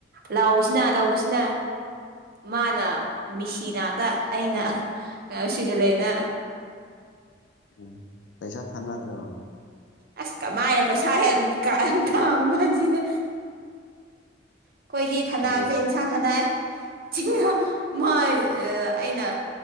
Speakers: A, on the right; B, on the left.
A: ꯂꯥꯎ ꯁꯤꯅꯥ ꯂꯧꯕꯕꯁꯤꯅ ꯃꯥꯅ ꯃꯤꯁꯤꯅꯥꯛꯇ ꯑꯩꯅ ꯁ꯭ꯋꯤꯖꯔꯂꯦꯟꯗ
B: ꯎꯝ ꯄꯩꯁꯥ ꯊꯥꯅꯗ꯭ꯔꯣ
A: ꯑꯁ ꯀꯃꯥꯏꯅ ꯄꯩꯁꯥ ꯍꯦ ꯀꯥꯟ ꯊ ꯉꯁꯤꯅꯦ ꯑꯩꯈꯣꯏꯗꯤ ꯊꯥꯟꯅꯕꯁꯦ
B: ꯕꯣꯜ
A: ꯏꯟꯁꯥꯡ ꯊꯥꯟꯅꯥꯩ ꯑꯩꯅ